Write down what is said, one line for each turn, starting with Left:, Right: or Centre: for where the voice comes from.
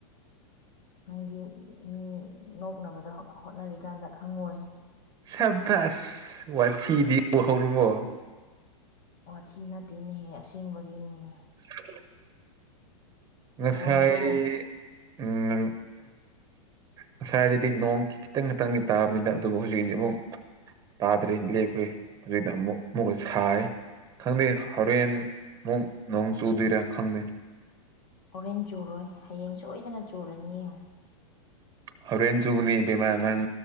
Left: ꯅꯪꯗꯤ ꯃꯤ ꯅꯣꯛꯅꯕꯗ ꯍꯣꯠꯅꯔꯤꯀꯥꯟꯗ ꯈꯪꯉꯣꯏ
Right: ꯁꯕꯥꯁ ꯋꯥꯊꯤꯗꯤ ꯎ ꯍꯧꯔꯕꯣ
Left: ꯋꯥꯊꯤ ꯅꯠꯇꯦꯅꯦꯍꯦ ꯑꯁꯦꯡꯕꯒꯤꯅꯤꯅꯦ
Right: <unintelligible> ꯉꯁꯥꯏ
Left: ꯕꯣꯜꯗꯣ
Right: ꯑꯝ ꯉꯁꯥꯏꯗꯗꯤ ꯅꯣꯡ ꯈꯤꯇꯪ ꯈꯤꯇꯪꯗꯤ ꯇꯥꯕꯅꯤꯗ ꯑꯗꯨꯕꯨ ꯍꯧꯖꯤꯛ ꯍꯧꯖꯤꯛꯃꯨꯛ ꯇꯥꯗ꯭ꯔꯦ ꯂꯦꯞꯈ꯭ꯔꯦ ꯍꯧꯖꯤꯛꯇ ꯑꯃꯨꯛ ꯑꯃꯨꯛꯀ ꯁꯥꯔꯦ ꯈꯪꯗꯦ ꯍꯧꯔꯦꯟ ꯃꯨꯛ ꯅꯣꯡ ꯆꯨꯗꯣꯏꯔꯥ ꯈꯪꯗꯦ
Left: ꯍꯣꯔꯦꯟ ꯆꯨꯔꯣꯏ ꯍꯌꯦꯡ ꯁꯣꯏꯗꯅ ꯆꯨꯔꯅꯤ ꯌꯦꯡꯉꯨ
Right: ꯍꯧꯔꯦꯟ ꯆꯨꯅꯤ ꯏꯕꯦꯃꯥ ꯅꯪ